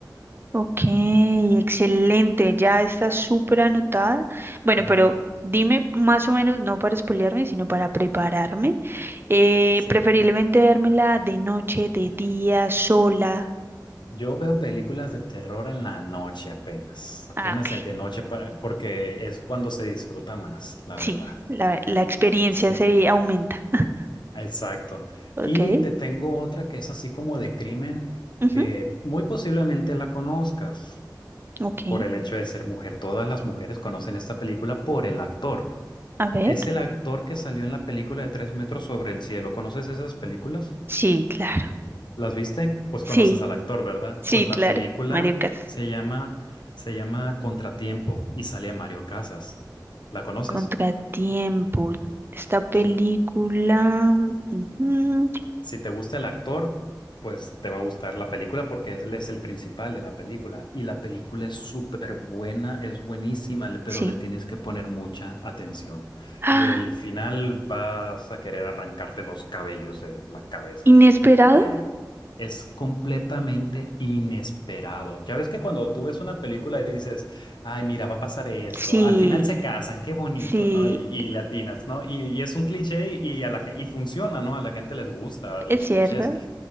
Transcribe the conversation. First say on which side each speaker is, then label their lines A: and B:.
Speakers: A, on the right; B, on the left.
A: Ok, excelente, ya está súper anotada. Bueno,
B: Ajá,
A: pero dime más o menos, no para spoilearme, sino para prepararme. Eh,
B: sí.
A: preferiblemente dármela de noche, de día, sola.
B: Yo veo películas de terror en la noche apenas, apenas
A: Ah, ok,
B: de de noche para- porque es cuando se disfruta más, la
A: sí,
B: verdad.
A: la, la experiencia
B: Sí,
A: se aumenta. <laughs>
B: exacto.
A: Ok,
B: Y te tengo otra que es así como de crimen
A: ujú,
B: que muy posiblemente la conozcas
A: ok,
B: por el hecho de ser mujer. Todas las mujeres conocen esta película por el actor.
A: a ver.
B: Es el actor que salió en la película de Tres metros sobre el cielo. ¿Conoces esas películas?
A: Sí, claro,
B: ¿Las viste? Pues
A: sí,
B: conoces al actor, ¿verdad?
A: sí,
B: Pues la
A: claro.
B: película
A: Mariocas,
B: se llama, se llama Contratiempo y sale Mario Casas. ¿La conoces?
A: Contratiempo, esta película.
B: Sí.
A: ujú,
B: Si te gusta el actor, pues te va a gustar la película porque él es el principal de la película. Y la película es súper buena, es buenísima, le- pero
A: Sí.
B: le tienes que poner mucha atención.
A: <gasps>
B: Y el final vas a querer arrancarte los cabellos de la cabeza.
A: ¿Inesperado?
B: Y Claro. es completamente inesperado. Ya ves que cuando tú ves una película y dices, Ay, mira, va a pasar esto.
A: Sí,
B: Al final se casan, qué bonito,
A: sí,
B: ¿no? Y, y latinas, ¿no? Y, y es un cliché y, a la, gen- y funciona, ¿no? A la gente les gusta los
A: es cierto.
B: clichés,